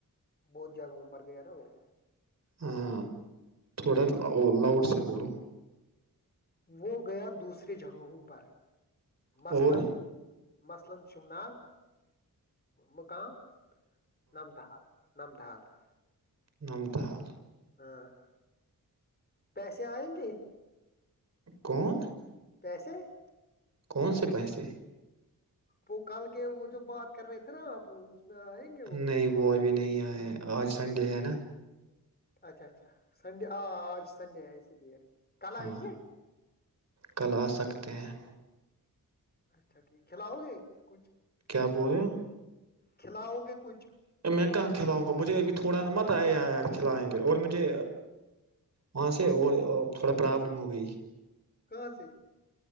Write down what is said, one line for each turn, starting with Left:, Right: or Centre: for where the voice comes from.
Left: بہت جگہوں پر گیا نا وہ <unintelligible> <unintelligible>
Right: ہاں تھوڑا لاؤڈ سے بولو <unintelligible> <unintelligible>
Left: وہ گیا دوسریے جگہوں پر <unintelligible> <unintelligible>
Right: اور
Left: <unintelligible> <unintelligible> شم نگ مقام <unintelligible> <unintelligible> نام ڈ ہار <unintelligible> <unintelligible> نمد حال <unintelligible> <unintelligible>
Right: نمتا حال <unintelligible> <unintelligible>
Left: ہاں <unintelligible> <unintelligible> پیسے آئیں گے <unintelligible>
Right: کون <unintelligible> <unintelligible>
Left: پیسے <unintelligible> <unintelligible>
Right: کون سے پیسے <unintelligible> <unintelligible>
Left: وہ کل کے وہ جو بات کر رہے تھے نا آپ <unintelligible> گے
Right: نہیں وہ
Left: آگے
Right: ابھی نہیں آئے آج سنڈے ہے نا <unintelligible>
Left: اچھا اچھا سنڈے آ آج سنڈے ہیں اسی لیے <unintelligible>
Right: ہاں
Left: گے
Right: کل آ سکتے ہیں <unintelligible>
Left: اچھا ٹھیک کھلاؤ گے کچھ <unintelligible>
Right: کیا بول رہے ہو <unintelligible>
Left: کھلاؤ گے کچھ <unintelligible>
Right: میں کہاں کھلاؤں گا مجھے ابھی تھوڑا مت آیا یار کھلائیں گے اور مجھے وہاں سے اور تھوڑا پرابلم ہو گئی <unintelligible>
Left: کہاں سے <unintelligible>